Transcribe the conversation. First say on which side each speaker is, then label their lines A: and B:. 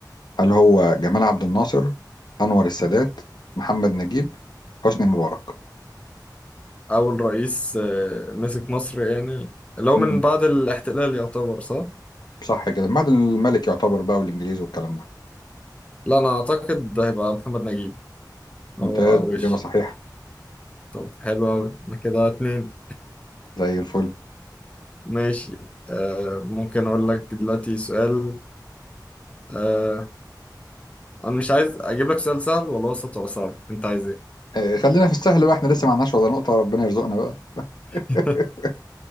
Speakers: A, on the left (about 65°); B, on the left (about 15°).
A: هل هو جمال عبد الناصر أنور السادات محمد نجيب حسني مبارك
B: أول رئيس آه، مسك مصر يعني لو
A: مم.
B: من بعد الاحتلال يعتبر صح؟
A: صح كده بعد الملك يعتبر بقى والإنجليز والكلام ده
B: لا أنا أعتقد ده هيبقى محمد نجيب هو
A: ممتاز إجابة
B: وش
A: صحيحة
B: طب حلو أوي أنا كده اتنين
A: زي الفل
B: ماشي آه ممكن أقول لك دلوقتي سؤال آه أنا مش عايز أجيب لك سؤال سهل ولا وسط ولا صعب أنت عايز إيه؟
A: آه، خلينا في السهل بقى احنا لسه ما عندناش ولا نقطة ربنا يرزقنا بقى <laughs>
B: <laughs>